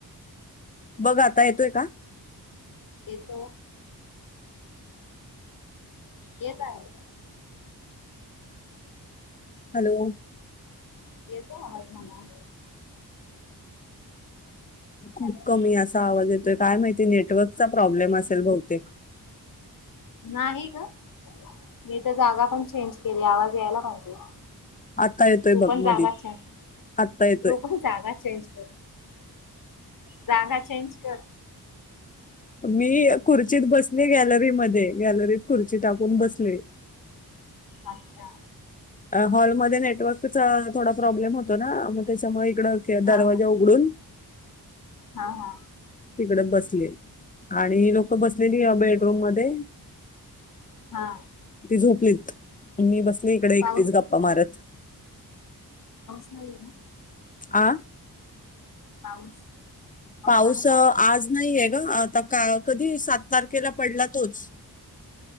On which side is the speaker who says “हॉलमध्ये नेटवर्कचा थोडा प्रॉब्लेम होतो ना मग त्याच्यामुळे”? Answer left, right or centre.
Left